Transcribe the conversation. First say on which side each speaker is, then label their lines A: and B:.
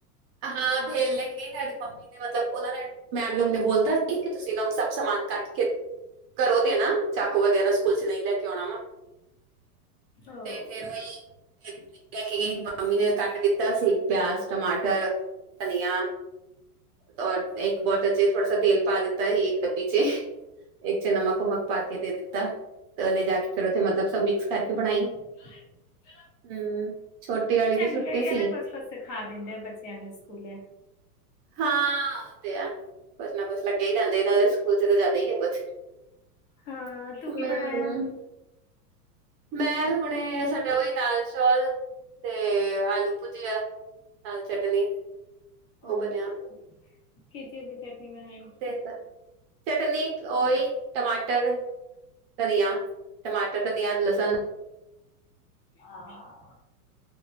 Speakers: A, on the right; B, on the left.
A: ਹਾਂ ਬੇਹਲ ਲੈਂਕੇ ਗਈ ਨਾਦੀ ਮੰਮੀ ਨੇ ਮਤਲਬ ਓਨਾਂ ਨੇ ਮੈਮ ਨੇ ਓਨੂੰ ਬੋਲਤਾ ਇੱਕ ਤੁਸੀਂ ਏਨਾਂ ਨੂੰ ਸਭ ਸਮਾਨ ਕੱਟ ਕੇ ਕਰੋ ਦੇਣਾ। ਚਾਕੂ ਵਗੈਰਾ ਸਕੂਲ ਚ ਨਈ ਲੈ ਕੇ ਆਣਾ ਵਾ,
B: ਓ
A: ਤੇ ਫੇਰ ਓਹੀ ਲੇਕੇ ਗਈ ਮੰਮੀ ਨੇ ਕੱਟ ਦਿੱਤਾ ਸੀ, ਪਿਆਜ, ਟਮਾਟਰ ਟ, ਧਨੀਆ ਔਰ ਇੱਕ ਬੋਟਲ ਚ ਥੋੜਾ ਸ ਤੇਲ ਪਾ ਦਿੱਤ ਤਾ ਸੀ, ਇੱਕ ਡੱਬੀ ਚ ਇੱਕ ਚ ਨਮਕ-ਨੁਮਕ ਪਾ ਕੇ ਦੇ ਦਿੱਤਾ, ਤੇ ਉਹਨੇ ਜਾ ਕੇ ਫੇਰ ਉੱਥੇ ਮਤਲਬ ਸਭ ਮਿਕਸ ਕਰਕੇ ਬਣਾਈ।
B: <inaudible>
A: ਹੂੰ, ਛੋਟੇ ਵਾਲੇ
B: ਚੰਗਾ
A: ਦੀ ਛੁੱਟੀ
B: ਹੀ
A: ਸੀ।
B: ਆ ਨਾ ਕੁਛ ਕੁਛ ਸਿਖਾ ਦਿੰਦੇ ਆ ਬੱਚਿਆਂ ਨੂੰ ਸਕੂਲੇ
A: ਹਾਂ, ਉਹ ਤੇ ਐ, ਕੁਛ ਨਾ ਕੁਛ ਲੱਗੇ ਈ ਰਹਿੰਦੇ ਇੰਨਾ ਦੇ ਸਕੂਲ ਚ ਤਾਂ ਜ਼ਿਆਦਾ ਹੀ ਏ ਕੁਛ
B: ਹਾਂ, ਤੂੰ
A: ਹਮ
B: ਕੀ ਬਣਾਇਆ?
A: ਮੈਂ ਹੁਣੇ ਸਾਡਾ ਉਹੀ ਦਾਲ ਚੌਲ ਤੇ ਆਲੂ ਭੂਜੀਆ ਨਾਲ ਚਟਨੀ। ਉਹ
B: ਆਲੂ,
A: ਬਣਿਆ
B: ਕਿਸ ਚੀਜ ਦੀ ਚੱਟਨੀ ਬਣਾਈ
A: ਤਿੰਨ, ਚਟਨੀ ਓਈ ਟਮਾਟਰ ਧਨੀਆਂ, ਟਮਾਟਰ, ਧਨੀਆਂ, ਲਸਣ
B: ਆਹ,